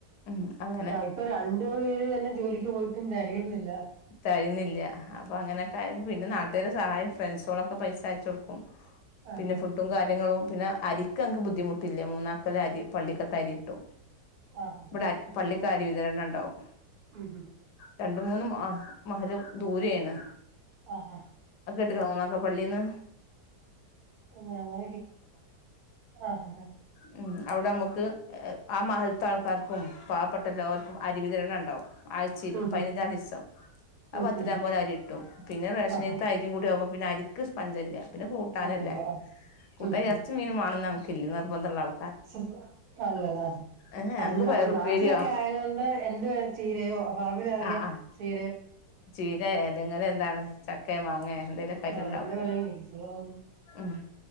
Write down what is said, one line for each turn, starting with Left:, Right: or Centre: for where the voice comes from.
Left: ഉം അങ്ങനെ
Right: ഇപ്പൊ രണ്ട് പേ ര് തന്നെ ജോലിക്ക് പോയിട്ടും തെകയുന്നില്ല.
Left: തയ്ന്നില്ല അപ്പൊ അങ്ങനെയൊക്കെ ആയി പിന്നെ നാ ഇതരെ സഹായം ഫ്രണ്ട്സുകളൊക്കെ പൈസയച്ച കൊടുക്കും.
Right: ആഹാ
Left: പിന്നെ ഫുഡും കാര്യങ്ങളും പിന്നെ അരിക്ക് അങ്ക്ക് ബുദ്ധിമുട്ടില്ല. മൂന്നാക്കള്ള അരി പള്ളിക്കത്ത അരി ഇട്ടും.
Right: ആഹ്
Left: ഇവിടെആരും പള്ളി കാര്യ വിതരണം ഉണ്ടാവും
Right: ഉം ഉം
Left: രണ്ടുമുന്ന്മാ മഹരം ദൂരെയാണ്.
Right: ആഹഹ
Left: കേട്ടക്കണ പോന്നക്കെ പള്ളിന്ന്
Right: ഞങ്ങ <unintelligible>
Left: ഉം അവിടെ നമുക്ക് ആ മഹല്ത്താൾക്കാർക്കും പാവപ്പെട്ട എല്ലാവർക്കും അരിവിതരണ ഉണ്ടാവും ആഴ്ചയിൽ
Right: ആഹ്
Left: പതിനഞ്ചാംദിവസം.
Right: ഉം
Left: ആപത്തിലാംപോലെഅരികിട്ടും
Right: ഉം ഹും ഹും
Left: പിന്നെറേഷനരിത്തഅരിമു
Right: ആഹാ
Left: ഇതാവുമ്പോ പിന്നെ അരിക്കിസ് പഞ്ചല് പിന്നെ കൂട്ടാനല്ലേ
Right: അങ്ങനെയല്ലേ ആഹ്
Left: കൂട്ടാ
Right: ഉം
Left: ഇറച്ച മീൻ വണണംന്നാണ് കില്ലി നിർബന്ധംഉള്ളആള്
Right: ശെരിയ അല്ലടാ
Left: ഏഹ് ഞങ്ങക്ക്
Right: അല്ല നമ്മുടെ
Left: പയറുപ്പേരിയോ
Right: നാട്ടിലൊക്കെ ആയതൊണ്ട് എന്ത് വേ ചീരയോ പറമ്പില ഇറങ്ങിയ
Left: ആഹ് ആഹ്
Right: ചേ
Left: ചീര ഏതെങ്കിലും എന്താണ് ചക്ക മാങ്ങ എന്തെലൊക്കെ ആയിട്ട്
Right: ആഹ്
Left: ഉണ്ടാക്കും
Right: എന്ത് വേണേലും കിട്ടിക്കോളും ഉം
Left: ഉം